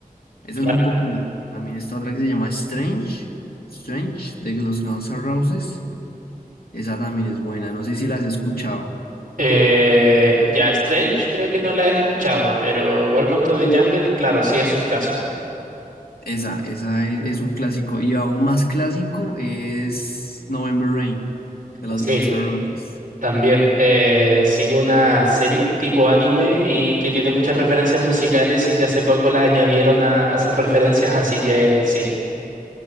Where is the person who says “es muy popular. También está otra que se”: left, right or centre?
Left